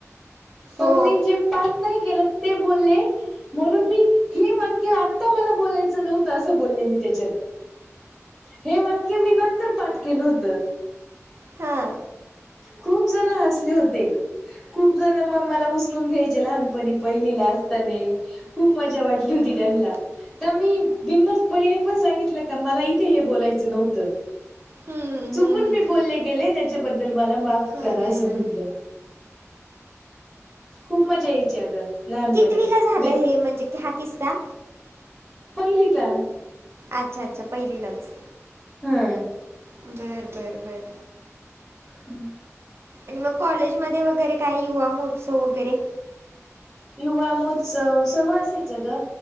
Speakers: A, in the centre; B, on the right (about 50°).
A: पण
B: हो
A: मी जे पाठ के नाही केल ते बोलले म्हणून मी हे वाक्य आता मला बोलायचं नव्हतं असं बोलले मी त्याच्यात हे वाक्य मी नंतर पाठ केलं होतं
B: हां
A: खूप जण हसले होते. खूप जण मग मला उचलून घ्यायचे लहानपणी पहिलीला असताने खूप मजा वाटली
B: हं.
A: होती त्यांनला. का मी बिनधासपणे हे पण सांगितलं का, मला इथे हे बोलायचं नव्हतं.
B: हम्म
A: चुकून
B: हम्म
A: मी बोलले गेले त्याच्याबद्दल, मला माफ
B: खरं
A: करा असं
B: आहे ना
A: म्हटलं. खूप मजा यायची अगं. लहानपणी
B: कितवीला झालं,
A: वेग
B: हे म्हणजे हा किस्सा?
A: पहिलीचा.
B: अच्छा, अच्छा पहिलीलाच.
A: हम्म.
B: बरं, बरं, बरं.
A: हम <inaudible>
B: आणि मग कॉलेजमध्ये वगैरे, काय युवा महोत्सव वगैरे?
A: युवा महोत्सव सर्व असायचं ग,